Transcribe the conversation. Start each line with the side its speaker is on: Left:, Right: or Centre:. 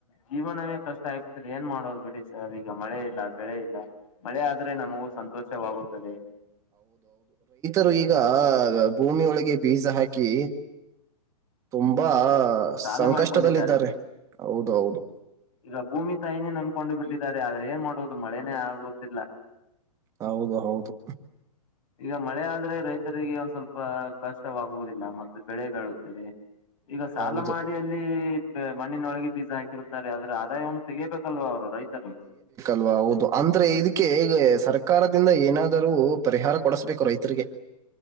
Left: ಜೀವನವೇ ಕಷ್ಟ ಆಗ್ಬಿಟ್ಟ್ರೆ ಏನ್ ಮಾಡೋದು ಬಿಡಿ ಸರ್ ಈಗ ಮಳೆ ಇಲ್ಲ. ಬೆಳೆ ಇಲ್ಲ ಮಳೆ ಆದ್ರೆ ನಮಗೂ ಸಂತೋಷವಾಗುತ್ತದೆ.
Right: ರು ಈಗ ಭೂಮಿಯ ಒಳಗೆ ಬೀಜ ಹಾಕಿ ತುಂಬಾ
Left: ಈಗ ಸಾಲ
Right: ಸಂಕಷ್ಟದಲ್ಲಿದ್ದಾರೆ
Left: ಮಾಡಿಕೊಂಡಿದ್ದಾರೆ
Right: ಹೌದ ಹೌದು
Left: ಈಗ ಭೂಮಿ ತಾಯಿನೇ ನಂಬಕೊಂಡು ಬಿಟ್ಟಿದ್ದಾರೆ ಆದ್ರೆ ಏನ್ ಮಾಡ ಹೌದು ಮಳೆನೇ ಆಗುತ್ತಿಲ್ಲ.
Right: ಹೌದು ಹೌದು
Left: ಈಗ ಮಳೆ ಆದ್ರೆ ರೈತರಿಗೆ ಒಂದ್ ಸ್ವಲ್ಪ ಕಷ್ಟವಾಗುವುದಿಲ್ಲ ಮತ್ತೆ ಬೆಳೆ ಬೆಳು ಈಗ ಸಾಲ
Right: ಹೌದು
Left: ಮಾಡಿ ಅಲ್ಲಿ ಮಣ್ಣಿನೊಳಗೆ ಬೀಜ ಹಾಕಿ ಇರುತ್ತಾರೆ ಆದ್ರೆ ಆದಾಯವನ್ನು ತೆಗಯಬೇಕಲ್ವ ಅವರು ರೈತರು.
Right: ಲ್ವಾ ಹೌದು ಅಂದ್ರೆ ಇದಕ್ಕೆ ಈಗ ಸರ್ಕಾರದಿಂದ ಏನಾದರೂ ಪರಿಹಾರ ಕೊಡಸ್ಬೇಕು ರೈತರಿಗೆ.